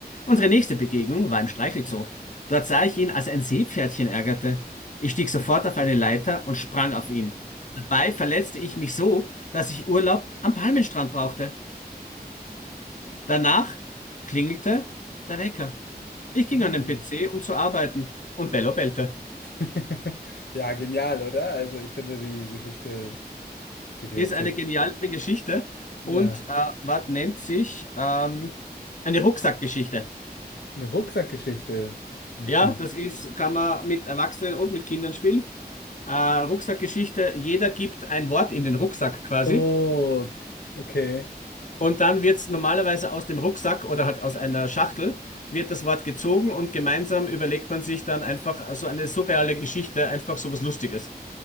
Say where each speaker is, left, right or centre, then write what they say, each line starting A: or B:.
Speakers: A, on the left; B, on the left.
A: Unsere nächste Begegnung war im Streichelzoo. Dort sah ich ihn, als ein Seepferdchen ärgerte. Ich stieg sofort auf eine Leiter und sprang auf ihn. Dabei verletzte ich mich so, dass ich Urlaub am Palmenstrand brauchte. Danach klingelte der Wecker. Ich ging
B: Hm.
A: an den PC, um zu arbeiten, und Bello bellte.
B: <laughs> Ja, genial, oder? Also ich finde die Geschichte, die die
A: Ist
B: erzählen.
A: eine geniale Geschichte
B: Ja,
A: und äh, was nennt sich ähm, eine Rucksackgeschichte.
B: eine Rucksackgeschichte. Wie?
A: Ja, das ist, kann man mit Erwachsenen und mit Kindern spielen. Äh, Rucksackgeschichte, jeder gibt ein Wort in den Rucksack quasi.
B: Oh, okay.
A: Und dann wird es normalerweise aus dem Rucksack oder halt aus einer Schachtel, wird das Wort gezogen und gemeinsam überlegt man sich dann einfach so eine surreale Geschichte, einfach so was Lustiges.